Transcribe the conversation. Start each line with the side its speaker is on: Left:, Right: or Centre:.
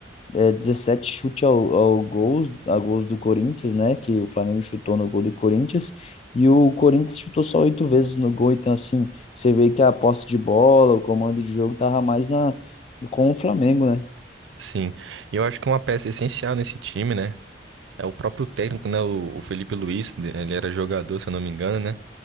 Left: é, 17 chute ao, ao gols, a gols do Corinthians, né? Que o Flamengo chutou no gol do Corinthians. E o Corinthians chutou só oito vezes no gol. Então, assim, você vê que a posse de bola, o comando de jogo tava mais na, com o Flamengo, né?
Right: Sim. E eu acho que uma peça essencial nesse time, né? É o próprio técnico, né? O, o Felipe Luiz, ele era jogador, se eu não me engano, né?